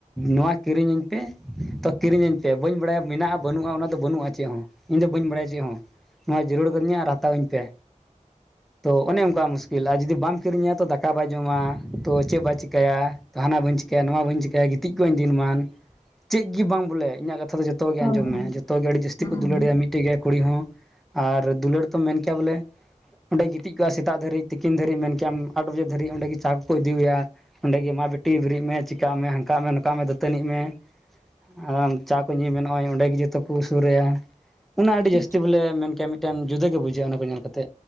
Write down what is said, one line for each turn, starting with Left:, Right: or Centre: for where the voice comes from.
Centre: ᱱᱚᱣᱟ ᱠᱤᱨᱤᱧᱟᱹᱧ ᱯᱮ ᱛᱚ ᱠᱤᱨᱤᱧ ᱟᱹᱧ ᱯᱮ ᱵᱟᱹᱧ ᱵᱟᱲᱟᱭᱟ ᱢᱮᱱᱟᱜᱼᱟ ᱵᱟᱹᱱᱩᱜᱼᱟ ᱚᱱᱟᱫᱚ ᱵᱟᱹᱱᱩᱜᱼᱟ ᱪᱮᱫ ᱦᱚᱸ ᱤᱧ ᱫᱚ ᱵᱟᱹᱧ ᱵᱟᱲᱟᱭᱟ ᱪᱮᱫ ᱦᱚᱸ᱾ ᱱᱚᱣᱟ ᱡᱟᱹᱨᱩᱲ ᱠᱟᱹᱫᱤᱧᱟ ᱟᱨ ᱦᱟᱛᱟᱣ ᱟᱹᱧ ᱯᱮ ᱛᱚ ᱚᱱᱮ ᱚᱱᱠᱟ ᱢᱩᱥᱠᱤᱞ ᱟᱨ ᱡᱩᱫᱤ ᱵᱟᱢ ᱠᱤᱨᱤᱧᱟ ᱛᱚ ᱫᱟᱠᱟ ᱵᱟᱭ ᱡᱚᱢᱟ ᱛᱚ ᱪᱮᱫ ᱵᱟᱭ ᱪᱤᱠᱟ. ᱭᱟ᱾ ᱛᱟᱦᱟᱱᱟ ᱵᱟᱹᱧ ᱪᱤᱠᱟᱹᱭᱟ, ᱱᱚᱣᱟ ᱵᱟᱹᱧ ᱪᱤᱠᱟᱹᱭᱟ, ᱜᱤᱛᱤᱡ ᱠᱚᱜ ᱟᱹᱧ ᱫᱤᱱ ᱢᱟᱱ, ᱪᱮᱫ ᱜᱮ ᱵᱟᱝ ᱵᱚᱞᱮ ᱤᱧᱟᱹᱜ ᱠᱟᱛᱷᱟ ᱫᱚ ᱡᱚᱛ ᱡᱚᱛᱚ ᱜᱮ
Left: ᱦᱩᱸ
Centre: ᱟᱸᱡᱚᱢ ᱢᱮ ᱡᱚᱛᱚ ᱜᱮ ᱟᱹᱰᱤ ᱡᱟᱹᱥᱛᱤ ᱠᱚ
Left: ᱦᱩᱸ
Centre: ᱫᱩᱞᱟᱹᱲᱮᱭᱟ ᱢᱤᱫᱴᱮᱡ ᱜᱮᱭᱟ ᱠᱩᱲᱤ ᱦᱚᱸ ᱟᱨ ᱫᱩᱞᱟᱹᱲ ᱛᱚ ᱢᱮᱱ ᱠᱮᱭᱟ ᱵᱚᱞᱮᱼᱼ ᱚᱸᱰᱮ ᱜᱤᱛᱤᱡ ᱠᱚᱜᱼᱟ ᱥᱮᱛᱟᱜ ᱫᱷᱟᱹᱨᱤᱡ ᱛᱤᱠᱤᱱ ᱫᱷᱟᱹᱨᱤᱡ ᱢᱮᱱ ᱠᱮᱭᱟᱢ ᱟᱴ ᱵᱟᱡᱮ ᱫᱷᱟᱹᱨᱤᱡ ᱚᱸᱰᱮ ᱜᱮ ᱪᱟ ᱠᱚᱠᱚ ᱤᱫᱤᱮᱭᱟ ᱾ ᱚᱸᱰᱮ ᱜᱮ ᱢᱟ ᱵᱤᱴᱤ ᱵᱮᱨᱮᱫ ᱢᱮ ᱪᱤᱠᱟᱹᱜ ᱢᱮ ᱦᱟᱱᱠᱟᱜ ᱢᱮ ᱱᱚᱝᱠᱟᱜ ᱢᱮ ᱫᱟᱹᱛᱟᱹᱱᱤᱜ ᱢᱮ ᱾ ᱟᱨ ᱪᱟ ᱠᱚ ᱧᱩ ᱢᱮ ᱱᱚᱜᱼᱚᱭ ᱚᱸᱰᱮ ᱜᱮ ᱡᱚᱛᱚ ᱠᱚ ᱥᱩᱨᱟᱭᱟ ᱚᱱᱟ ᱟᱹᱰᱤ
Left: ᱴᱷᱤᱠ
Centre: ᱡᱟᱹᱥᱛᱤ ᱵᱚᱞᱮ ᱢᱮᱱᱼᱼ ᱮ ᱢᱤᱫ ᱴᱮᱱ ᱡᱩᱫᱟᱹ ᱜᱮ ᱵᱩᱡᱷᱟᱹᱜᱼᱟ ᱚᱱᱟ ᱠᱚ ᱧᱮᱞ ᱠᱟᱛᱮ